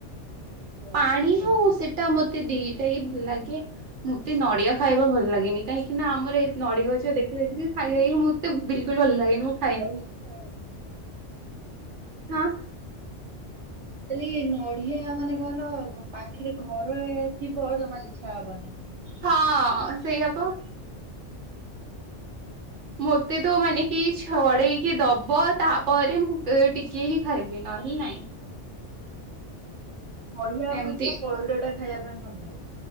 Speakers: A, on the right (about 25°); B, on the right (about 70°).
A: ସେଇଟା ଭଲ
B: ପାଣି
A: ଲାଗେ ଖାଇବା
B: ହଉ
A: ପାଇଁ
B: ସେଟା ମତେ ଦିଇଟା ହି ଭଲ ଲାଗେ ମତେ ନଡିଆ ଖାଇବା ଭଲ ଲାଗେନି କାହିଁକି ନା ଆମର ଏ ନଡିଆ ଗଛ ଦେଖିଲେ ଦେଖି ଖାଇାଇକି ମୁଁ ତେ ବିଲକୁଲ ଭଲ ଲାଗେନି -
A: ଆଉ ଇଚ୍ଛା ହଉନି
B: ହଁ
A: କାଲି ନଡିଆ ମାନେ କଁ କହିଲ ପାଖରେ ଘରେ ଥିବ ଜମା ଇଚ୍ଛା ହବନି-
B: ହଁ ସେଇଆ ପା ମୋତେ ତ ମାନେ କେହି ଛଡେଇକି ଦବ ତାପରେ ମୁଁ ଟିକେ ହିଁ ଖାଇବି ନହେଲେ ନାଇଁ
A: ନଡିଆ ଅପେକ୍ଷା
B: ଏମିତି
A: ପଇଡ ଟା ଖାଇବା ପାଇଁ ଭଲ ଲାଗେ